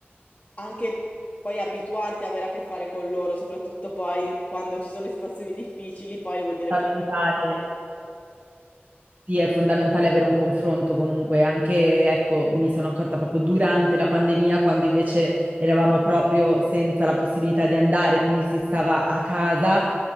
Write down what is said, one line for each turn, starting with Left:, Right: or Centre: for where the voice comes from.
Left: anche poi abituarti a avere a che fare con loro, soprattutto poi quando ci sono le situazioni difficili, poi vuol dire
Right: Fondamentale
Left: che le conosci.
Right: Sì, è fondamentale avere un confronto comunque, anche, ecco, mi sono accorta proprio durante la pandemia, quando invece eravamo proprio senza la possibilità di andare, quindi si stava a casa,